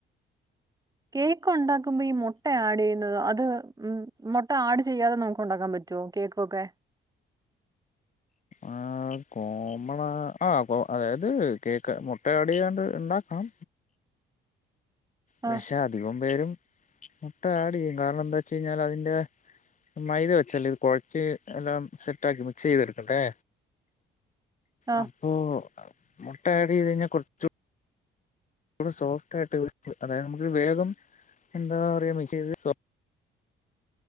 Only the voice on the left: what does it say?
ആ കോമണാ ആ കോ അതായത് കേക്ക് മുട്ട ആഡ് ചെയ്യാണ്ട് ഉണ്ടാക്കാം
പക്ഷെ അധികം പേരും മുട്ട ആഡ് ചെയ്യും കാരണം എന്താ വെച്ച് കഴിഞ്ഞാൽ അതിന്റെ മൈദ വെച്ചല്ലേ ഇത് കുഴച്ച് എല്ലാം സെറ്റ് ആക്കി മിക്സ് ചെയ്തെടുക്കട്ടെ
അപ്പോ മുട്ട ആട് ചെയ്ത് കഴിഞ്ഞാൽ കൊറച്ചു സോഫ്റ്റ് ആയിട്ട് കിട്ടും അതായത് നമുക്ക് വേഗം എന്താ പറയാ മിക്സ് ചെയ്ത്